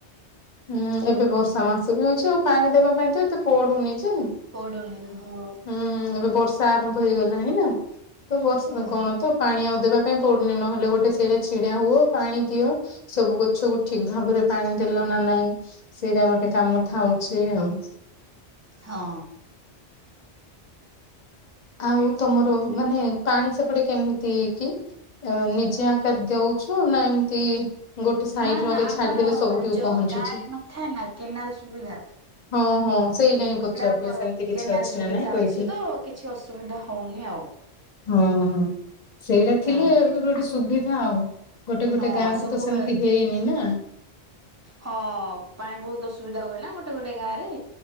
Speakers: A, on the left (about 45°); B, on the right (about 20°).
A: ହୁଁ ଏବେ ବର୍ଷା ମାସ ବି ଅଛି, ଆଉ ପାଣି ଦେବା ପାଇଁ ତ ଏତେ ପଡୁନି ଯେ।
B: ପଡୁନି ହଁ।
A: ହୁଁ ଏବେ ବର୍ଷା ଆରମ୍ଭ ହେଇଗଲାଣି ନା ତ ବର୍ଷା
B: ହଁ
A: କଣ ତ ପାଣି ଆଉ ଦେବା ପାଇଁ ପଡୁନି। ନହେଲେ ଗୋଟେ ସେଡେ ଛିଡା ହୁଅ ପାଣି ଦିଅ। ସବୁ ଗଛକୁ ଠିକ୍ ଭାବରେ ପାଣି ଦେଲ ନା ନାଇଁ ସେଇଟା ଗୋଟେ କାମ ଥାଉଛି ଆଉ।
B: ହଁ।
A: ଆଉ ତମର ମାନେ ପାଣି ସେପଟେ କେମିତି କି। ନିଜେ ଆକାର ଦଉଛୁ ନା ଏମିତି ଗୋଟେ ସାଇଡ
B: ନା ନା
A: ରୁ
B: ଆମର
A: ଛାଡିଦେଲେ ସବୁଠି
B: ଯୋଉ
A: ପହଞ୍ଚୁଛି।
B: ଗାଁରେ ନଥାଏ ନା କେନାଲ ସୁବିଧା
A: ହଁ ହଁ ସେଇଟା ହିଁ ପଚୁାରଥିଲି,
B: ଆମର
A: ସେମିତି କିଛି
B: କେନାଲ
A: ଅଛି
B: ସୁବିଧା
A: ନା ନାଇଁ କହିଛିି।
B: ଅଛି ତ କିଛି ଅସୁବିଧା ହଉନି ଆଉ।
A: ହଁ। ସେଇଟା
B: ହଁ
A: ଥିଲେ ଏବେ ଗୋଟେ ସୁବିଧା ଆଉ। ଗୋଟେ ଗୋଟେ
B: ହଁ
A: ଗାଁ
B: ସବୁବେଳେ
A: କୁ ତ ସେମତି ହେଇନି ନା।
B: ହଁ ପାଣି ବହୁତ ଅସୁବିଧା ହୁଏ ନା ଗୋଟେ ଗୋଟେ ଗାଁ ରେ।